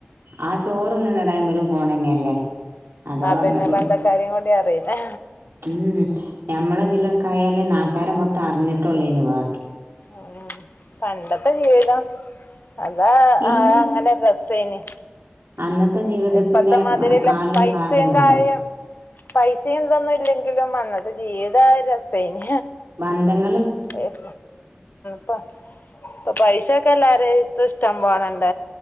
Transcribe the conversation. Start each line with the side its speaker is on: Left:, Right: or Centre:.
Right: ആ ചോറ്ന്ന്ണ ടൈമിലും ഫോണന്നെന്നല്ലേ അതാ
Left: അതന്നെ
Right: പറഞ്ഞത്
Left: ബന്ധക്കാരെയും കൊണ്ട് അറിയുന്നേ
Right: ഉം ഞമ്മളിതിലൊക്കെ ആയാലേ നാ ട്ടാര് മൊത്തം അറിഞ്ഞിട്ടുള്ളൂ ഇനി വാ
Left: ഉം പണ്ടത്തെ ജീവിതം അതാ
Right: ഇല്ല
Left: ആ അങ്ങനെ രസേന്
Right: അന്നത്തെ ജീവിതത്തിന്റെ
Left: ഇപ്പത്തെ മാതിരില്ല
Right: കാലൊരു
Left: പൈസേം
Right: ഭാഗമല്ലല്ലോ
Left: കാര്യം പൈസേം ഇതൊന്നുല്ലെങ്കിലും അത് ജീവിതം ആ ഒരു രസേന്
Right: ബന്ധങ്ങൾ
Left: ഉം പ്പ പ്പ പൈസ സക്കെ എല്ലാരെട്ത്തും ഇഷ്ടം പോലെണ്ട്